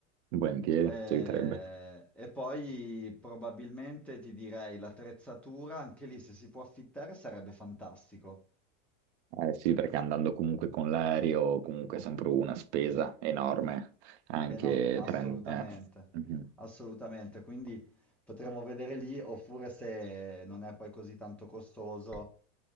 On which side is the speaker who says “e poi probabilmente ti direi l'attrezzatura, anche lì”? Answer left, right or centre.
Centre